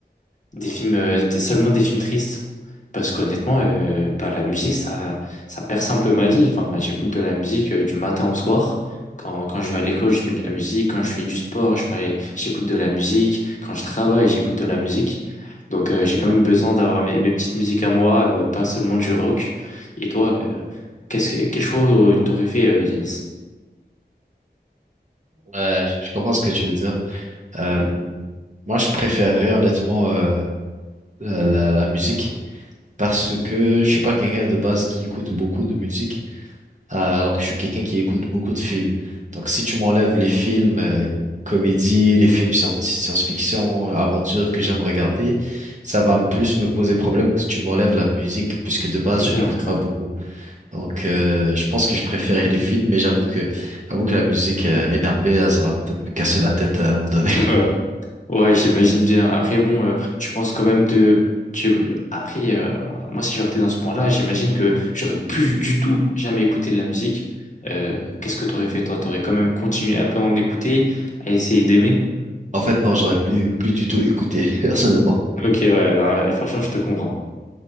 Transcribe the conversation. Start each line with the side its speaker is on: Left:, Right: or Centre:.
Left: des films, euh, des, seulement des films tristes, parce qu'honnêtement, euh, bah, la musique, ça, ça berce un peu ma vie. Enfin, j'écoute de la musique euh, du matin au soir. Quand, quand je vais à l'école, je mets de la musique. Quand je fais du sport, je fais, j'écoute de la musique. Quand je travaille, j'écoute de la musique. Donc, euh, j'ai quand même besoin d'avoir mes, mes petites musiques à moi, euh, pas seulement du rock. Et toi, euh, qu'est-ce que, quel choix euh, t'aurais fait, euh, Yanis?
Right: Ouais, je comprends ce que tu veux dire. Euh,
Left: Hmm.
Right: moi, je préférerais honnêtement euh, la, la- la musique parce que je suis pas quelqu'un de base qui écoute beaucoup de musique. Euh, alors que je suis quelqu'un qui écoute beaucoup de films. Donc, si tu m'enlèves les films euh,
Left: Hmm.
Right: comédie, les films scienti- science-fiction, aventure que j'aime regarder, ça va me plus me poser problème que si tu m'enlèves la musique, puisque de base,
Left: Ok,
Right: je
Left: donc,
Right: n'écoute
Left: crains.
Right: pas beaucoup. Donc, euh, je pense que je préférais les films, mais j'avoue que, j'avoue que la musique euh, énervée, là, ça va peut-être me casser la tête à un moment donné.
Left: <laughs>
Right: <laughs>
Left: Ouais, j'imagine bien. Après, bon, euh, tu penses quand même de... Tu... Après, euh, moi, si j'aurais été dans ce point-là, j'imagine que j'aurais plus du tout jamais écouté de la musique. Euh, qu'est-ce que t'aurais fait, toi? T'aurais quand même continué à peu à en écouter, à essayer d'aimer?
Right: En fait, non, j'aurais plus, plus du tout écouté, <laughs> personnellement.
Left: Ok, ouais, non, euh, franchement, je te comprends.